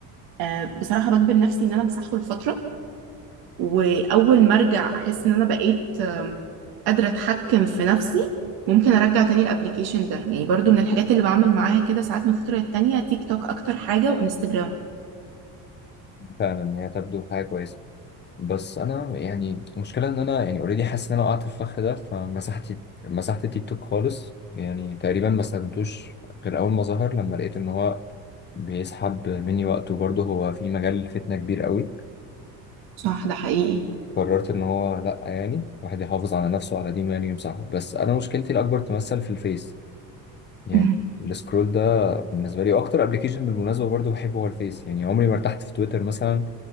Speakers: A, on the right; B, on the left.
A: آه، بصراحة بجبر نفسي إن أنا أمسحه لفترة وأول ما أرجع أحس إن أنا بقيت قادرة أتحكم في نفسي ممكن أرجع تاني الأبليكيشن ده يعني برضو من الحاجات اللي بعمل معاها كده ساعات من فترة للتانية تيك توك أكتر حاجة وإنستجرام
B: فعلا هي تبدو حاجة كويسة بس أنا يعني المشكلة إن أنا يعني أوريدي حاسس إن أنا وقعت في الفخ ده فمسحت مسحت التيك توك خالص يعني تقريبا ما استخدمتوش غير أول ما ظهر لما لقيت إن هو بيسحب مني وقت وبرضه هو في مجال فتنة كبير قوي
A: صح ده حقيقي
B: قررت ان هو لا يعني واحد يحافظ على نفسه وعلى دينه يعني ويمسحه بس انا مشكلتي الاكبر تمثل في الفيس يعني
A: <laughs>
B: السكرول ده بالنسبه لي اكتر ابلكيشن بالمناسبه برضو بحبه هو الفيس يعني عمري ما ارتحت في تويتر مثلا